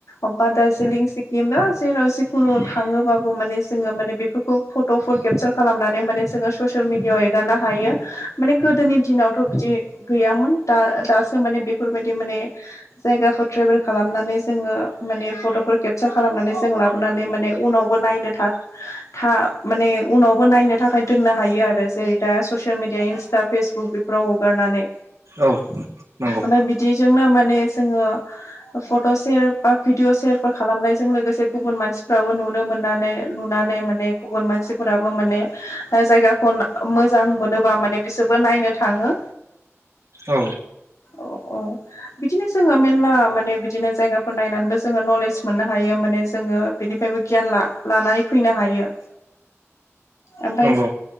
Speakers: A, on the left; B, on the right.
A: अबा दार्जिलिं सिक्किम दा जेराव जिखुनु थाङोबाबो माने जोङो माने बेफो खुब फट'फोर केपसार खालामनानै माने जोङो ससियेल मिेडियाआव एगारनो हायो माने गोदोनि दिनावथ' बिदि। गैयामोन दा दासो माने बेफोरबायदि माने। जायगाफोर ट्रेभेल खालामनानै जोङो माने फट'फोर केपसार खालामनानै जों लाबोनानै माने उनाव। नायनो थार। था माने उनावबो नायनो थाखाय दोननो हायो आरो जेरै दा ससियेल मिडिया इन्सटा फेसबुक बेफ राव अगारनानै।
B: औ। नंगौ
A: ओमफाय बिदिजोंनो माने जोङो। फट' सेर बा भिडिअ सेरफोर खालामनायजों लोगोसे गुबुन मानसिफ्राबो नुनो मोननानै। नुनानै माने गुबुन मानसिफोराबो माने। जायगाखौ मोजां मोनोबा माने बिसोरबो नायनो थाङो।
B: औ।
A: औ औ। बिदिनो जोङो मेलला माने बिदिनो जायगाफोर नायनानैबो जोङो नलेज मोननो हायो माने जोङो बिनि। बेबो गियान ला लानानै फैनो हायो। ओमफाय
B: नंगौ